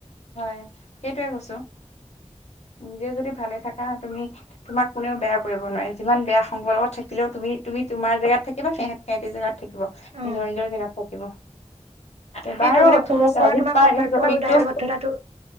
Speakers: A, on the left (about 65°); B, on the right (about 65°).
A: হয়, সেইটোৱে কৈছো। নিজে যদি ভালে থাকা তুমি তোমাক কোনেও বেয়া কৰিব নোৱাৰে, যিমান বেয়া সংগৰ লগত থাকিলেও তুমি-তুমি তোমাৰ জেগাত থাকিবা, সেহঁত সেহঁতি জেগাত থাকিব,
B: অ
A: নিজৰ নিজৰ জেগাত থাকিব। এবাৰো
B: সেইটো মানে সৰুৰ
A: ঠিক আছে,
B: পৰা
A: আজি তোমাৰ
B: কৰ্তব্য
A: এই প্ৰতীকটো
B: আৰু দায়বদ্ধতাটো